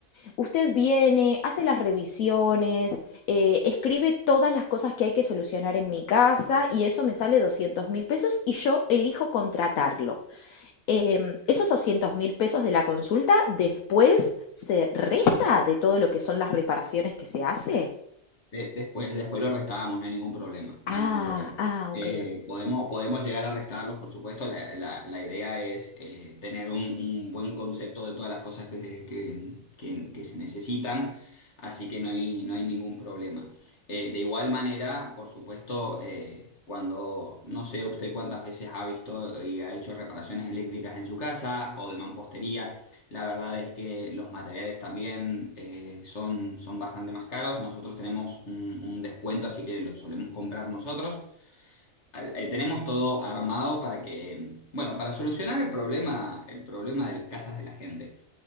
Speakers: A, on the left (about 75°); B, on the left (about 55°).
A: usted viene, hace las revisiones, eh, escribe todas las cosas que hay que solucionar en mi casa y eso me sale doscientos mil pesos y yo elijo contratarlo. Em, esos doscientos mil pesos de la consulta después se resta de todo lo que son las reparaciones que se hace.
B: De- después, después los restábamos, no hay ningún problema, no
A: Ah,
B: hay ningún problema.
A: ah, okey.
B: Eh, podemos, podemos llegar a restarlos, por supuesto. La, la- la idea es eh, tener un, un buen concepto de todas las cosas que, que- que- que se necesitan, así que no hay, no hay ningún problema. Eh, de igual manera, por supuesto, eh, cuando no sé usted cuántas veces ha visto y ha hecho reparaciones eléctricas en su casa o de mampostería. La verdad es que los materiales también eh, son, son bastante más caros. Nosotros tenemos un, un descuento, así que los solemos comprar nosotros. Eh, eh, tenemos todo armado para que, bueno, para solucionar el problema, el problema de las casas de la gente.